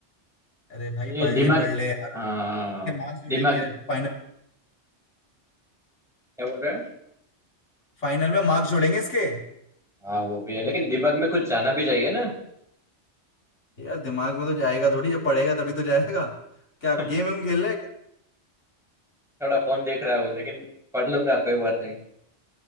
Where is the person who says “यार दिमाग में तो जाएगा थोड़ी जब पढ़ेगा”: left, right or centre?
Left